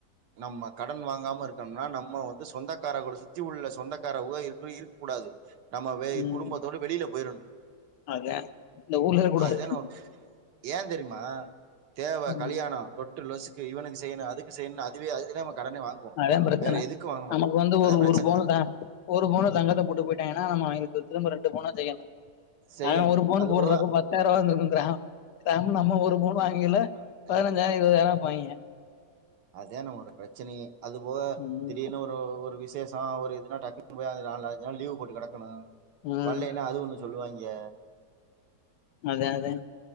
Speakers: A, on the right; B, on the left.
A: நம்ம கடன் வாங்காம இருக்குணும்னா நம்ம வந்து சொந்தக்கார கூட சுத்தி உள்ள சொந்தக்கார உக இருக்கு இருக்க கூடாது நம்மவே
B: ம்.
A: குடும்பத்தோட வெளில போயிறணு
B: அதான் இந்த ஊர்ல இருக்கக்கூடாது.
A: அதுதா நம்ம ஏ தெரியுமா தேவ கல்யாண
B: ம்.
A: லொ ட்டு லொசுக்கு இவனுக்கு செய்யுனு அதுக்கு செய்யுனு அதுவே அது க்கு தான் நமக் கடனே வாங்குவோ
B: அதா பிரச்சன
A: வேற எதுக்கு வாங்க
B: நமக்கு
A: மாட்டோ
B: வந்து
A: அதா
B: ஒரு
A: பிரச்சன
B: ஒரு பவுனு தா ஒரு பவுன தங்கத்த போட்டு போயிட்டாய்கனா நம்ம அவிங்களுக்கு திரும்ப ரெண்டு பவுனு செய்யனு
A: செய்யணு
B: அவ ஒரு பவுன்
A: அது
B: போடுறப்ப
A: போக
B: பத்தாயிர ரூபா வந்திருக்குங்குறா கிராம் நம்ம ஒரு பவுன் வாங்கயில
A: அவ்ளதா
B: இத இருபதாயிர விப்பாயங்க
A: அதா நம்மளோட பிரச்சனையே அது போக
B: ம்
A: திடீர்னு ஒரு ஒரு விசேஷ ஒரு இதுனா போய் நாலஞ்சிநாள் லீ போட்டு கிடக்கணு
B: ம்
A: வள்லைன்னா அது ஒ சொல்லுவாய்ங்க
B: அதே அதே